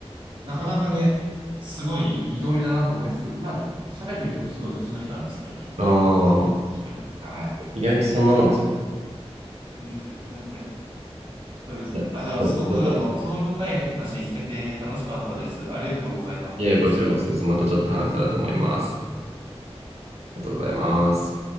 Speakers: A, on the right; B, on the right.
A: なかなかね、すごい二刀流だなと思いつつ、まあ、喋ってみるとすごい普通の人なんですけどね。
B: ああ、
A: おそらく。はい。
B: 意外とそんなもんですよね。
A: うん <laughs> そうです。
B: いやそうちょっと、
A: あ、じゃあ、すごく、あの、興味深い話聞けて楽しかったです。ありがとうございます。
B: いえ、こちらこそです。またちょっと話せたらと思います。ありがとうございます。